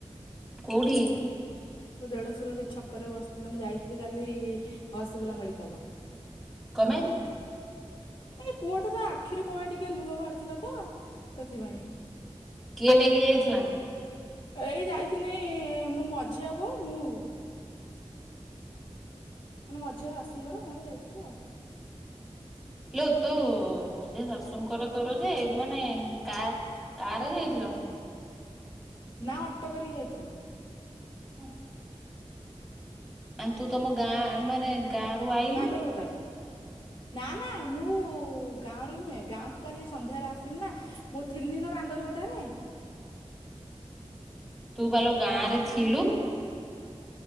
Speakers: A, in the centre; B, on the left.
A: କୋଉଠି?
B: ତୋ ଦେଢଶୁର ସେଇ ଛକରେ ବସିଥିଲ ମୁଁ ଯାଇଥିଲି କାଲି ଅସିପୁରା ମେଡିକାଲ।
A: କଁ ମାଇଁ
B: ଏ ପୁଅ ଟାର ତ ଆଖିରୁ କଣ ପାଇଁ ଟିକେ ଲୁହ ବାହାରୁଥିଲା ତ ସେଥିପାଇଁ।
A: କିଏ ନେଇକି ଯାଇଥିଲା?
B: ଏଇ ଯାଇଥିନି ମୋ ମଝିଆ ବୋଉ ମୁଁ। ମାନେ ମଝିଆ ଶାଶୁଙ୍କର ମୋର ଯାଇଥିଲୁ ଆଉ।
A: କିଲେ ତୁ ମଝିଆ ଶାଶୁଙ୍କର ତୋର ଯେ ମାନେ କା କାରେ ଯାଇଥିଲ?
B: ନା ଅଟୋ କରିକି ଯାଇଥିଲୁ।
A: ହଁ। ଆ ତୁ ତମ ଗାଁ ମାନେ ଗାଁରୁ ଆ
B: ମାଙ୍ଗର ଗୋଟାରୁ। ନା ନା ମୁଁ ଗାଁରୁ ନୁହେଁ ଗାଁ ଖାଲି କାଲି ସନ୍ଧ୍ୟାରେ ଆସିିଲିନା ମୋ ଥିଲନିନା ବାଙ୍ଗର ଗୋଟାରେ
A: ତୁପାଲ ଗାଁରେ ଥିଲୁ।